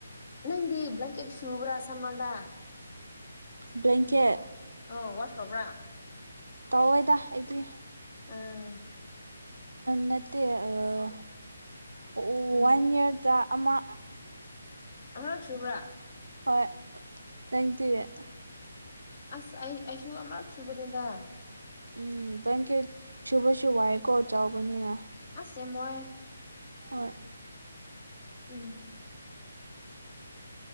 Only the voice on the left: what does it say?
ꯅꯪꯗꯤ ꯕ꯭ꯂꯀꯦꯠ ꯁꯨꯕ꯭ꯔꯥ ꯁꯝꯃꯥꯟꯗꯥ
ꯑ ꯋꯥꯁꯇꯕ꯭ꯔꯥ
ꯑꯥ
ꯎꯝ
ꯅꯪꯁꯨꯨꯕ꯭ꯔꯥ
ꯑꯁ ꯑꯩ ꯑꯩꯁꯨ ꯑꯃꯨꯔꯛ ꯁꯨꯕꯅꯦꯗ
ꯁꯦꯃꯣꯏ
ꯎꯝ